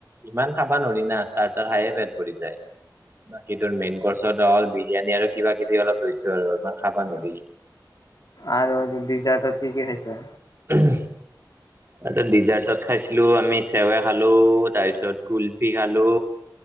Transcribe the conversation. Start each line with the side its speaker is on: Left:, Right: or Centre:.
Right: ইমান খাবা নোৱাৰি না ষ্টাৰ্টাৰ খায়ে পেট ভৰি যায়। বাকী তোৰ মেইন কৰ্চত অল বিৰিয়ানী আৰু কিবা কিবি অলপ লৈছো আৰু ইমান খাবা নোৱাৰি।
Left: আৰু ডিজাৰত কি কি খাইছা।
Right: উম, ত ডিজাৰ্টত খাইছিলো আমি চেৱৈ খালো, তাৰপিছত কুলফি খালো,